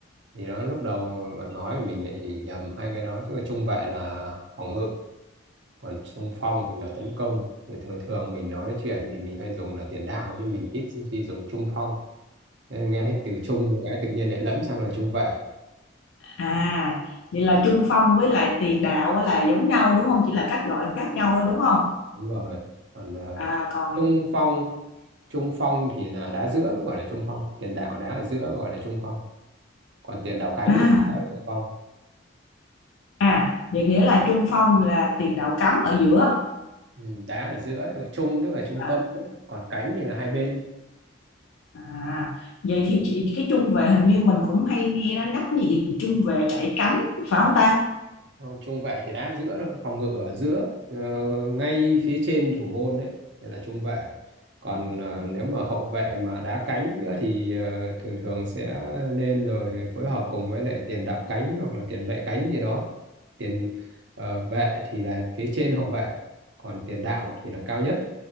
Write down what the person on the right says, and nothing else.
thì nó lúc đầu bạn nói mình lại nhầm hai cái đó chứ mà trung vệ là phòng ngự còn trung phong thì là tấn công thì thường thường mình nói chuyện thì mình hay dùng là tiền đạo nhưng mình ít khi dùng trung phong Nên nghe hết từ trung cái tự nhiên lại lẫn sang là trung vệ
đúng rồi còn ờ,
trung phong trung phong thì là đá giữa mới gọi là trung phong tiền đạo đá ở giữa gọi là trung phong còn tiền đạo cánh
thì ở thượng phong
ừ, đá ở giữa gọi là trung tức là trung
tâm còn cánh thì là hai bên
không trung vệ thì đá ở giữa thôi phòng ngự ở giữa ờ, ngay phía trên thủ môn đấy thì là trung vệ còn ờ, nếu mà hậu vệ mà đá cánh nữa thì ờ, thường thường sẽ lên rồi phối hợp cùng với lại tiền đạo cánh hoặc là tiền vệ cánh gì đó tiền ờ, vệ thì là phía trên hậu vệ còn tiền đạo thì là cao nhất